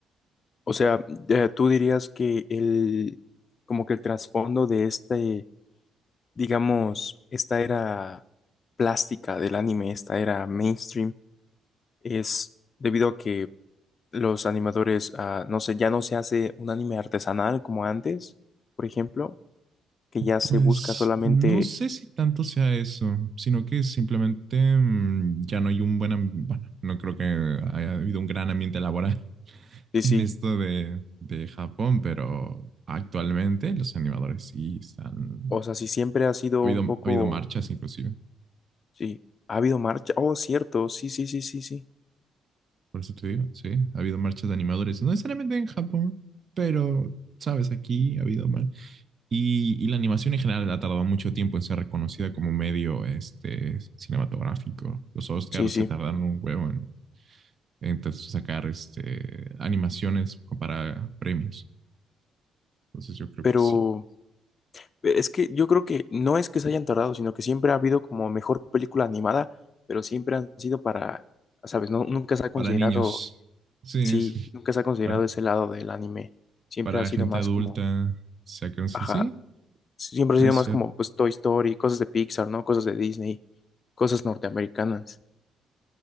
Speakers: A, on the left; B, on the right.
A: O sea, eh, tú dirías que el... como que el trasfondo de este digamos, esta era plástica del anime, esta era mainstream, es debido a que los animadores, ah, no sé, ya no se hace un anime artesanal como antes, por ejemplo, que ya
B: Pues
A: se busca solamente,
B: no sé si tanto sea eso, sino que simplemente mm, ya no hay un buen ambiente, bueno, no creo que haya habido un gran ambiente laboral
A: sí, sí,
B: en esto de, de Japón, pero actualmente los animadores sí están...
A: o sea, si siempre ha sido
B: Ha habido,
A: un
B: ha
A: poco,
B: habido marchas inclusive,
A: sí, ha habido marcha, oh, cierto, sí, sí, sí, sí, sí,
B: por eso te digo, sí, ha habido marchas de animadores, no necesariamente en Japón, pero, sabes, aquí ha habido mar... Y, y la animación en general ha tardado mucho tiempo en ser reconocida como medio este, cinematográfico. Los Oscars
A: sí, sí,
B: se tardaron un huevo en, en sacar este, animaciones para premios. Entonces yo creo
A: pero...
B: que sí.
A: Es que yo creo que no es que se hayan tardado, sino que siempre ha habido como mejor película animada, pero siempre han sido para, ¿sabes? No, nunca se ha considerado,
B: Para niños, sí,
A: sí,
B: sí.
A: nunca se ha considerado
B: Para,
A: ese lado del anime. Siempre
B: para
A: ha sido
B: gente
A: más
B: adulta.
A: como,
B: Sacan, sí,
A: ajá, siempre
B: es
A: ha sido más
B: cierto.
A: como pues Toy Story, cosas de Pixar, ¿no? Cosas de Disney, cosas norteamericanas.